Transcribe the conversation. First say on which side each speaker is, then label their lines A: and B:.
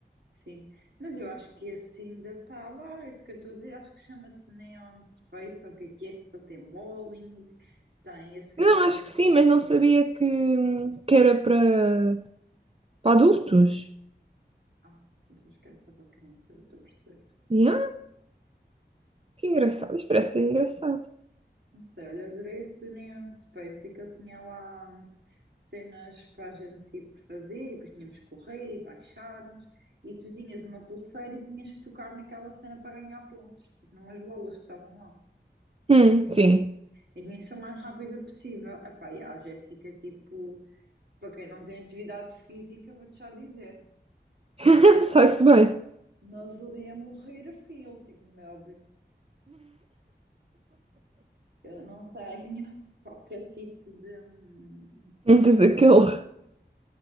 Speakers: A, on the right; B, on the right.
A: Sim. Mas eu acho que esse ainda está lá, esse que eu estou a dizer, acho que chama-se Neon Space, ou o que é que é, que ele tem bowling, tem esse que
B: Não,
A: eu te estou
B: acho
A: a dizer.
B: que sim, mas não sabia que, que era para, para adultos.
A: Ah, mas acho que era só para crianças, já estou a perceber.
B: Yeah, que engraçado. Isto parece ser engraçado.
A: Não sei, Olha, adorei esse do Neon Space, e que ele tinha lá hum, cenas para a gente tipo, fazer, e depois tínhamos que correr e baixarmos, e tu tinhas uma pulseira e tinhas de tocar naquela cena para ganhar pontos, tipo, numas bolas que estavam lá.
B: Hum, sim.
A: E devia ser o mais rápida possível. Epá, e a Jéssica, tipo, para quem não tem atividade física, vou-te já dizer,
B: <laughs> Sai-se bem.
A: nós ali a morrer, eu fiquei em último, meu óbvio. Eu não tenho <laughs> qualquer tipo de. hum,
B: Não diz
A: epá,
B: aquele.
A: não
B: <laughs>